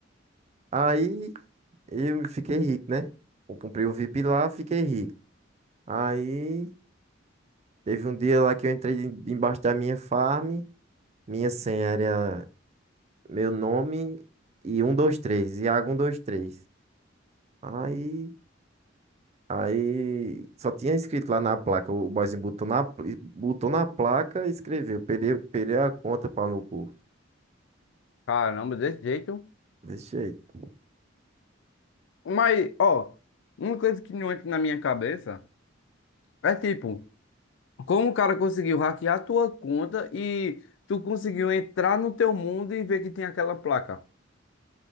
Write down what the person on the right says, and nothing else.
Aí eu fiquei rico, né? Eu comprei o VIP lá, fiquei rico. Aí teve um dia lá que eu entrei de- embaixo da minha farm, minha senha era meu nome e um 123, Iago 123. Aí Aí só tinha escrito lá na placa, o boyzinho botou na, botou na placa e escreveu, perdeu perdi a conta, pau no cu.
Desse jeito.